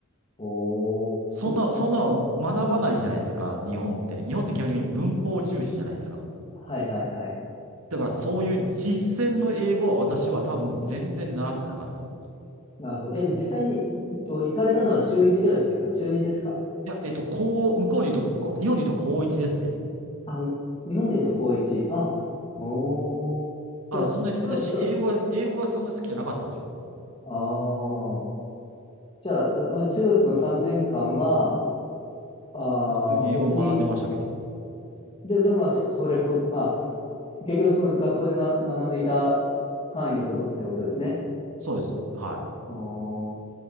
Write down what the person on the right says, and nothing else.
そんな、
そんなの学ばないじゃないですか、日本って。日本って基本的に文法重視じゃないですか。
だからそういう実践の英語は私は多分全然習ってなかったと思います。
いや、えっと、こう、向こうで言うと、こ日本で言うと高一ですね。
あの、
そんなに私、
英語は、英語がそんな好きじゃなかったんですよ。
普通に英語学んでましたけど。
そうです。は